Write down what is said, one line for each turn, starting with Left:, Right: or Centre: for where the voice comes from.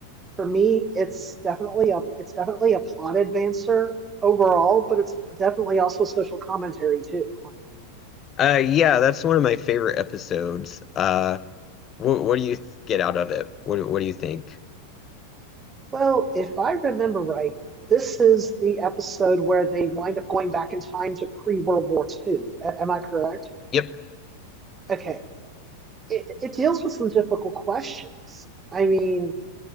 Right: for me, it's definitely a it's definitely a plot advancer overall, but it's definitely also social commentary too.
Left: Uh, yeah, that's one of my favorite episodes. Uh, what what do you th- get out of it? What do- what do you think?
Right: Well, if I remember right, this is the episode where they wind up going back in time to pre-World War II. A- am I correct?
Left: Yep.
Right: Okay. It, it deals with some difficult questions. I mean,